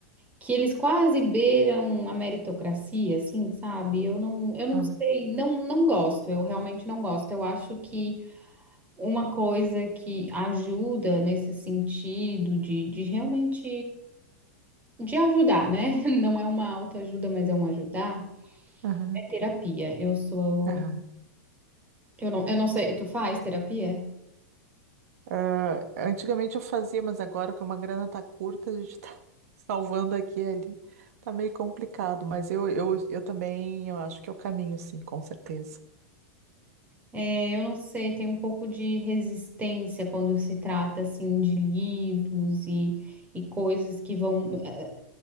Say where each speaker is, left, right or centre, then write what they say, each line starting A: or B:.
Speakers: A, on the right; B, on the right.
A: que eles quase beiram a meritocracia, assim, sabe? Eu não, eu não
B: Aham,
A: sei, não, não gosto, eu realmente não gosto. Eu acho que Uma coisa que ajuda nesse sentido de, de realmente de ajudar, né? <laughs> Não é uma autoajuda, mas é um ajudar,
B: aham,
A: é terapia. Eu sou,
B: aham.
A: eu não, eu não sei, tu faz terapia?
B: Ah, antigamente eu fazia, mas agora que uma grana tá curta, a gente tá <laughs> salvando aqui e ali. Tá meio complicado, mas eu, eu, eu também eu acho que é o caminho, sim, com certeza.
A: É, eu não sei, tem um pouco de resistência quando se trata assim de livros e, e coisas que vão, eh,